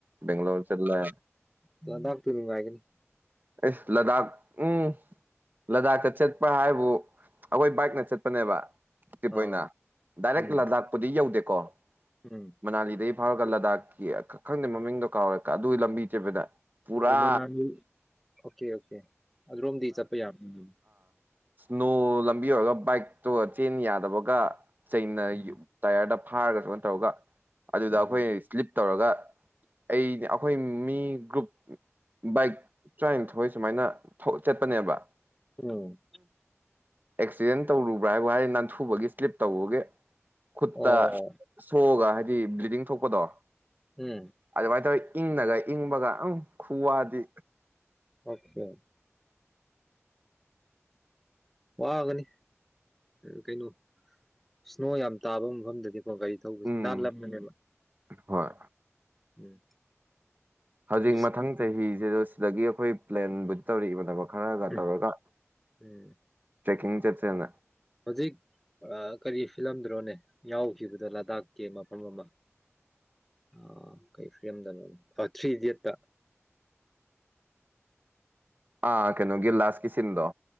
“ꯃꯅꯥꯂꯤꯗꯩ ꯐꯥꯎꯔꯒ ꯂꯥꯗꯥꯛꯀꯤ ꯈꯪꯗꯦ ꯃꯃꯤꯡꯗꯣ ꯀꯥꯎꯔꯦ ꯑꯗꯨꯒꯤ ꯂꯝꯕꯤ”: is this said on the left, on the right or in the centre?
Right